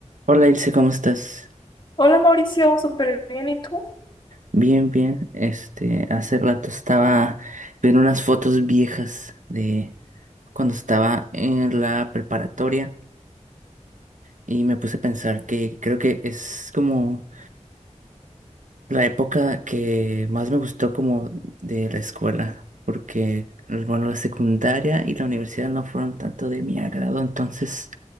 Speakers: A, on the right; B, on the left.
A: Hola Ilse, ¿cómo estás?
B: Hola Mauricio, súper bien. ¿Y tú?
A: Bien, bien. Este, hace rato estaba viendo unas fotos viejas de cuando estaba en la preparatoria y me puse a pensar que creo que es como la época que más me gustó como de la escuela, porque bueno, la secundaria y la universidad no fueron tanto de mi agrado, entonces